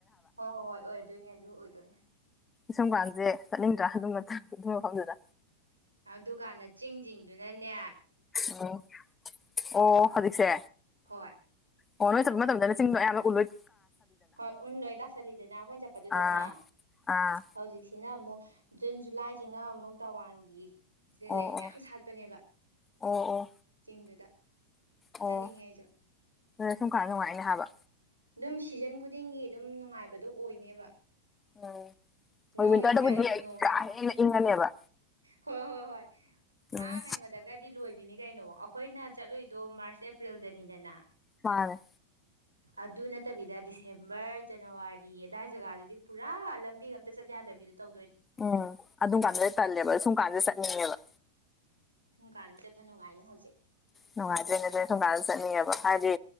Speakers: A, on the right; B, on the left.
A: ꯍꯣꯍꯣ ꯍꯣꯏ ꯑꯣꯏꯗꯣꯏꯅꯦ ꯑꯗꯨ ꯑꯣꯏꯗꯣꯏꯅꯦ
B: ꯁꯨꯝ ꯀꯥꯟꯁꯦ ꯆꯠꯅꯤꯡꯗ꯭ꯔ ꯑꯗꯨ ꯃꯇ ꯑꯗꯨ ꯃꯐꯝꯗꯨꯗ
A: ꯑꯗꯨꯀꯥꯟꯗ ꯆꯤꯡꯁꯤꯡ ꯗꯨꯅꯅꯦ
B: ꯑꯣ ꯑꯣ ꯍꯧꯖꯤꯛꯁꯦ
A: ꯍꯣꯏ
B: ꯑꯣ ꯅꯣꯏ ꯆꯠ ꯃꯇꯝꯗꯅ ꯆꯤꯡ ꯃꯌꯥꯝ ꯎꯕꯩ
A: ꯍꯣꯏ ꯎꯟ ꯂꯣꯏ ꯇꯥꯁꯜꯂꯤꯗꯅ ꯑꯩꯈꯣꯏꯅ ꯆꯠꯄꯗꯨꯗꯅ
B: ꯑꯥ ꯑꯥ
A: ꯍꯧꯖꯤꯛꯁꯤꯅ ꯑꯃꯨꯛ ꯖꯨꯟ ꯖꯨꯂꯥꯏꯁꯤꯅ ꯑꯃꯨꯛ ꯇꯧꯋꯥꯡꯒꯤ ꯁꯤꯗ
B: ꯑꯣ ꯑꯣ
A: ꯂꯩ ꯃꯌꯥꯝ ꯁꯥꯠꯄꯅꯦꯕ
B: ꯑꯣ ꯑꯣ
A: ꯆꯤꯡꯗꯨꯗ
B: ꯑꯣ
A: ꯆꯠꯅꯤꯡꯉꯦ ꯑꯩꯁꯨ
B: ꯑ ꯁꯨꯝ ꯀꯥꯟ ꯅꯨꯡꯉꯥꯏꯅꯤ ꯍꯥꯏꯕ
A: ꯑꯗꯨꯝ ꯁꯤꯖꯟ ꯈꯨꯗꯤꯡꯒꯤ ꯑꯗꯨꯝ ꯅꯨꯡꯉꯥꯏꯕꯗꯣ ꯑꯣꯏꯅꯦꯕ
B: ꯎꯝ ꯍꯣꯏ
A: ꯅꯣꯡꯢꯟ
B: ꯋꯤꯟꯇꯔꯗꯕꯨꯗꯤ ꯑꯩ
A: ꯅꯣꯡ
B: ꯀꯥ
A: ꯍꯥꯏꯁꯦ
B: ꯍꯦꯟꯅ ꯏꯪꯉꯅꯦꯕ
A: ꯍꯣꯏ ꯍꯣꯏ ꯍꯣꯏ
B: ꯎꯝ
A: ꯑꯥ ꯀꯩꯅꯣꯗꯒꯗꯤ ꯂꯣꯏꯕꯤꯅꯤ ꯀꯩꯅꯣ ꯑꯩꯈꯣꯏꯅ ꯆꯠꯂꯨꯏꯗꯣ ꯃꯥꯔꯁ ꯑꯦꯄ꯭ꯔꯤꯜ ꯗꯅꯤꯗꯅ
B: ꯃꯥꯅꯦ
A: ꯑꯗꯨ ꯅꯠꯇꯕꯤꯗ ꯗꯤꯁꯦꯝꯕꯔ ꯖꯅꯋꯥꯔꯤ ꯑꯗꯥꯏ ꯖꯒꯗꯨꯗꯤ ꯄꯨꯔꯥ ꯂꯝꯕꯤꯒ ꯑꯝꯇ ꯆꯠ ꯌꯥ ꯌꯥꯗꯕꯤꯗꯣ ꯇꯧꯗꯣꯏ
B: ꯑꯣ ꯑꯗꯨꯝ ꯀꯥꯟꯗꯨꯗ ꯇꯜꯂꯦꯕ ꯁꯨꯝ ꯀꯥꯟꯗ ꯆꯠꯅꯤꯡꯉꯦꯕ
A: ꯎꯝ ꯁꯨꯝ ꯀꯥꯟꯗ ꯆꯠꯄ ꯅꯨꯡꯉꯥꯏꯅꯤ ꯍꯧꯖꯤꯛ
B: ꯅꯨꯡꯉꯥꯏꯗꯣꯢꯅꯦ ꯑꯗꯨ ꯁꯨꯝꯀꯥꯟꯗ ꯆꯠꯅꯤꯡꯉꯦꯕ ꯍꯥꯏꯗꯤ